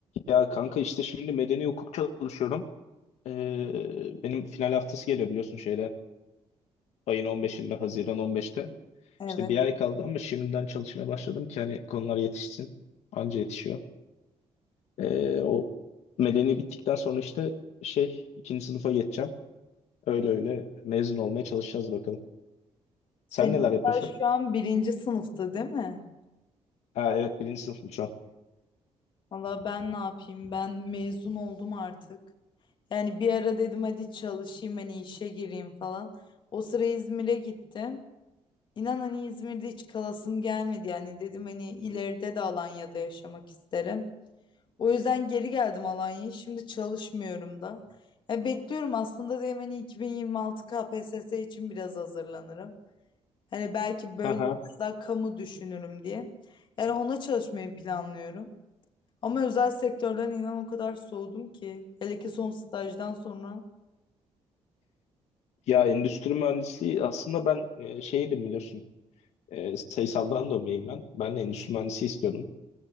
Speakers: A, on the left; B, on the left.
A: Ya kanka işte şimdi medeni hukuk çalışıyorum. Ee, benim final haftası geliyor biliyorsun şeyde. Ayın on beşinde, Haziran on beşte.
B: Evet.
A: İşte bir ay kaldı ama şimdiden çalışmaya başladım ki hani konular yetişsin. Anca yetişiyor. Ee, o medeni bittikten sonra işte şey ikinci sınıfa geçeceğim. Öyle öyle mezun olmaya çalışacağız bakalım.
B: Senin
A: Sen neler yapıyorsun?
B: daha şu an birinci sınıfta değil mi?
A: Ha, evet birinci sınıfım şu an.
B: Valla ben ne yapayım? Ben mezun oldum artık. Yani bir ara dedim hadi çalışayım hani işe gireyim falan. O sıra İzmir'e gittim. İnan hani İzmir'de hiç kalasım gelmedi yani. Dedim hani ileride de Alanya'da yaşamak isterim. O yüzden geri geldim Alanya'ya. Şimdi çalışmıyorum da. Ya bekliyorum aslında dedim hani 2026 KPSS için biraz hazırlanırım. Hani belki böyle
A: Aha.
B: biraz daha kamu düşünürüm diye. Yani ona çalışmayı planlıyorum. Ama özel sektörden inan o kadar soğudum ki. Hele ki son stajdan sonra.
A: Ya endüstri mühendisliği aslında ben e, şeydim biliyorsun. E, sayısaldan dönmeyim ben. Ben de endüstri mühendisi istiyordum.